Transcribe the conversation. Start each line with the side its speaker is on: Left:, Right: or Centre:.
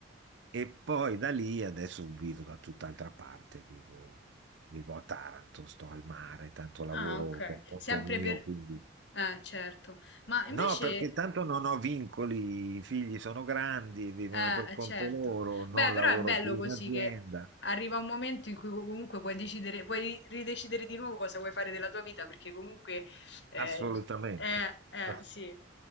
Right: E poi da lì adesso vivo da tutt'altra parte, vivo, vivo a Taranto, sto al mare, tanto lavoro
Left: Ah, ok.
Right: per conto
Left: Sempre
Right: mio,
Left: per...
Right: quindi
Left: Eh, certo. Ma invece...
Right: No, perché tanto non ho vincoli, i figli sono grandi, vivono
Left: Eh,
Right: per conto
Left: eh, certo.
Right: loro, non
Left: Beh, però
Right: lavoro
Left: è bello
Right: più in
Left: così
Right: azienda,
Left: che arriva un momento in cui co- comunque puoi decidere, puoi ridecidere di nuovo cosa vuoi fare della tua vita, perché comunque eh,
Right: assolutamente.
Left: eh, eh,
Right: Ass-
Left: sì.